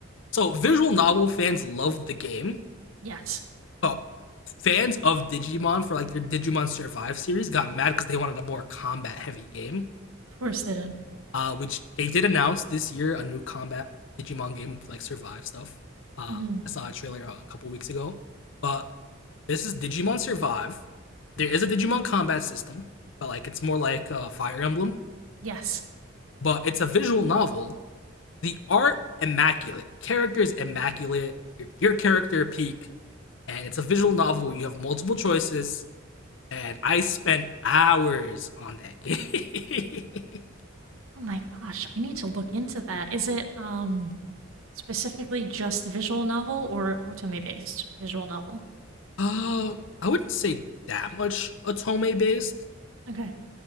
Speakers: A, on the left (about 60°); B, on the right (about 80°).
A: so visual novel fans loved the game.
B: Yes.
A: oh, fans of Digimon for like their Digimon Survive series got mad because they wanted a more combat heavy game.
B: Of course they did.
A: Uh, which they did announce this year a new combat Digimon game with like Survive stuff. Uh,
B: hmm
A: I saw a trailer uh, a couple weeks ago, but this is Digimon Survive. There is a Digimon combat system, but like it's more like a uh, Fire Emblem.
B: Yes.
A: But it's a visual novel. The art immaculate, characters immaculate. Your your character peak, and it's a visual novel. You have multiple choices and I spent hours on that game.
B: Oh my gosh, I need to look into that. Is it um specifically just visual novel or otome based visual novel?
A: <laughs> uh, I wouldn't say that much Otome based.
B: Okay.